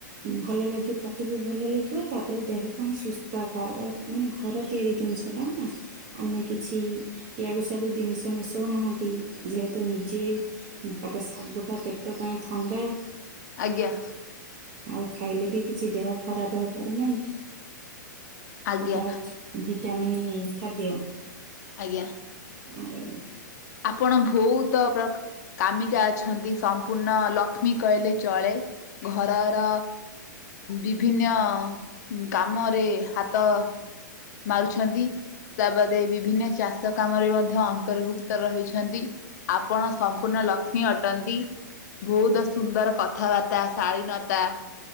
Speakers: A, on the right; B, on the left.
A: ଭଲ ଲାଗିବ ପାଟିକି ଭଲ ଲାଗିବ ତାପରେ ଦେହ ପାଇଁ ସୁସ୍ଥ କର ମାନେ ଘର ତିଆରି ଜିନିଷଟା ନା। ଆମେ କିଛି ୟାଡ଼ୁ ସାଡ଼ୁ ଜିନିଷ ମିଶାଉନାହାଁନ୍ତି ଯେହେତୁ ନିଜେ ତାପରେ ସାବୁଟା ପେଟ ପାଇଁ ଥଣ୍ଡା
B: ଆଜ୍ଞା।
A: ଆଉ ଖାଇଲେ ବି କିଛି ଦେହ ଖରାପ ହବାର ନାହିଁ
B: ଆଜ୍ଞା
A: ସେଇଟା ହେଉଛି ଭିଟାମିନ୍ ଖାଦ୍ୟ।
B: ଆଜ୍ଞା।
A: ଆଉ
B: ଆପଣ ବହୁତ ପ୍ର କାମିକା ଅଛନ୍ତି ସମ୍ପୂର୍ଣ୍ଣ ଲକ୍ଷ୍ମୀ କହିଲେ ଚଳେ ଘରର ବିଭିନ୍ନ କାମରେ ହାତ ମାରୁଛନ୍ତି, ତା ବାଦେ ବିଭିନ୍ନ ଚାଷ କାମରେ ମଧ୍ୟ ଅନ୍ତର୍ଭୁକ୍ତ ରହିଛନ୍ତି ଆପଣ ସମ୍ପୂର୍ଣ୍ଣ ଲକ୍ଷ୍ମୀ ଅଟନ୍ତି। ବହୁତ ସୁନ୍ଦର କଥାବାର୍ତ୍ତା ଶାଳୀନତା।